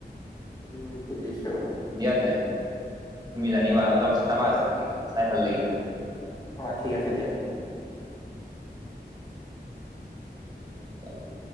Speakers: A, on the left; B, on the right.
A: উম বুজিছো।
B: দিয়া তেতিয়া তুমি জানিবা অলপ চাবা
A: অ
B: চাই ভাল লাগিব।
A: অ' ঠিক আছে দিয়া।
B: লাগিব